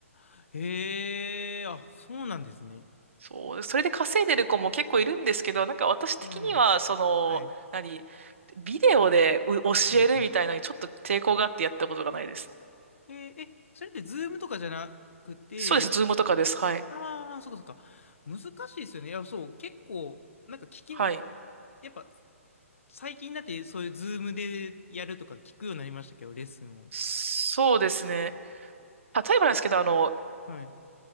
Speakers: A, on the left (about 65°); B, on the right (about 60°).
A: あ、へえ、あ、そうなんですね。
B: そう、それで稼いでる子も結構いるんですけど、なんか私的には、
A: うん。
B: その、
A: はい。
B: 何、ビデオでう教えるみたいなのにちょっと抵抗があってやったことがないです。
A: うんうん。えーえ、それってズームとかじゃなくて、
B: そうです。ズームとかです。はい。
A: ああ、そっかそっか。難しいですよね。いや、そう、結構、なんか聞き、
B: はい。
A: やっぱ、最近になってそういうズームでやるとか聞くようになりましたけど、レッスンを。
B: そうですね。例えばなんですけど、あの、
A: はい。